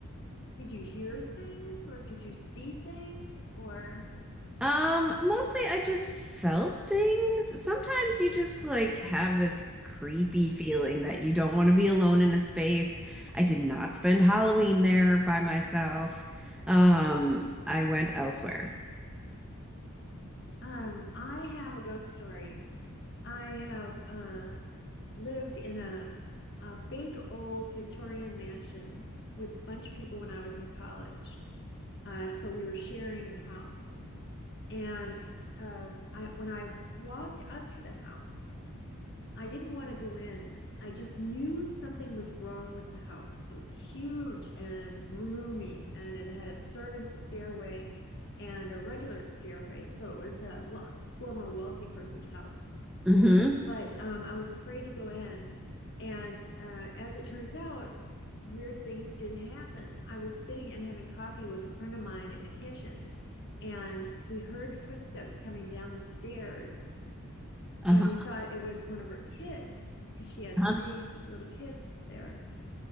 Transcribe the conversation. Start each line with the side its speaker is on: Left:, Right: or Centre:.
Left: did you hear things or did you see things or
Centre: Um, mostly I just felt things. Sometimes you just like have this creepy feeling that you don't want to be alone in a space. I did not spend Halloween there by myself. Um, I went elsewhere.
Left: um i have a ghost story i have uh lived in a a big old victorian mansion with a bunch of people when i was in college uh so we were sharing the house and uh, I, when i walked up to the house I didn't want to go in. I just knew something was wrong with the house. It was huge and roomy, and it had a servant's stairway and a regular stairway. So it was a former wealthy person's house.
Centre: Mm-hmm.
Left: But um, I was afraid to go in. And uh, as it turns out, weird things did happen. I was sitting and having coffee with a friend of mine in the kitchen, and we heard footsteps coming down the stairs
Centre: Uh-huh.
Left: and we thought it was one of her kids because she had
Centre: Uh-huh.
Left: three little kids there.